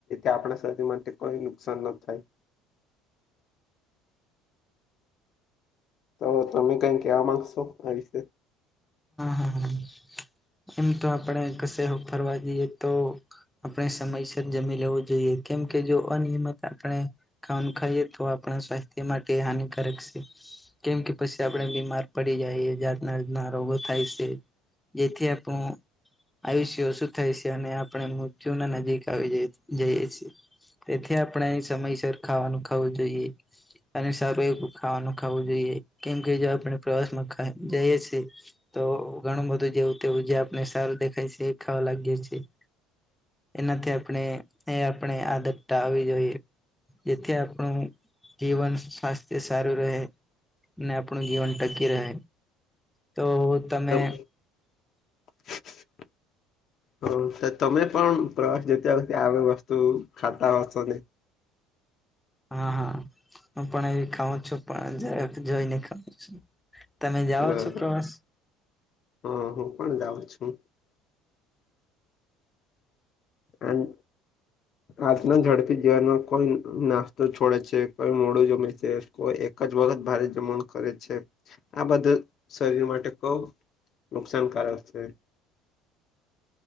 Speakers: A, on the left; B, in the centre.
A: આપણા શરીર માટે કોઈ નુકસાન ન થાય તો તમે કઈ કેવા માંગશો આ વિશે
B: હા હા એમ તો આપણે કશે ફરવા જઈએ તો આપણે સમયસર જમી લેવું જોઈએ કેમ કે જો અનિયમિત આપણે ખાવાનું ખાઈએ તો આપણા સ્વાસ્થ્ય માટે હાનિકારક છે. કેમ કે પછી આપડે બીમાર પડી જાય જાતના રોગો થાય છે જેથી આ આપણ આવી છે શું થાય છે અને આપણે મૃત્યુ ના નજીક આવી જઈ જઈએ છીએ તેથી આપણે સમયસર ખાવાનું ખાવું જોઈએ. અને સારું એ ખાવાનું ખાવું જોઈએ કેમ કે જો આપણે પ્રવાસમાં જઈએ છીએ. તો ઘણું બધું જેવું તેવું જે આપને સારું દેખાય છે ખાવા લાગી છીએ. એનાથી આપણે એ આપણે આદતતા આવવી જોઈએ. જેથી આપણું જીવન સ્વાસ્થ્ય સારું રહે. ને આપણું જીવન ટકી રહે. તો તમે
A: તમ <inaudible> <unintelligible> હ સર તમે પણ પ્રવાસ જતા હો ત આવી વસ્તુ ખાતા હશો ને.
B: હા હા હું પણ એવી ખાઉં છું પણ જ જોઈને ખઉ છું તમે જાઓ
A: બરાબર
B: છો પ્રવાસ
A: હા હું પણ જાઉં છું અને આજના ઝડપી જીવનમાં કોઈ નાસ્તો છોડે છે કોઈ મોડું જમે છે. કોઈ એક જ વખત ભારે જમણ કરે છે આ બધા શરીર માટે બહુ. નુકસાનકારક છે.